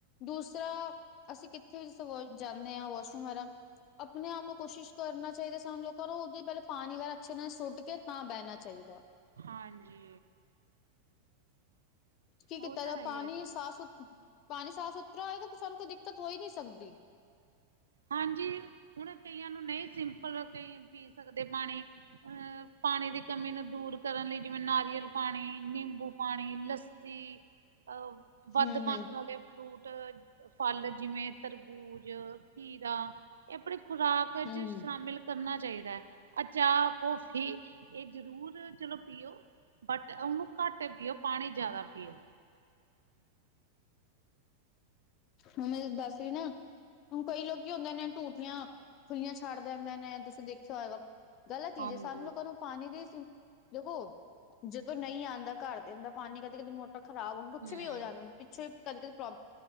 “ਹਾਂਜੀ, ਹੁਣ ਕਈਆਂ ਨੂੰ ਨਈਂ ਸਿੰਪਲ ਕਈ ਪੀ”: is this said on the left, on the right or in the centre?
Right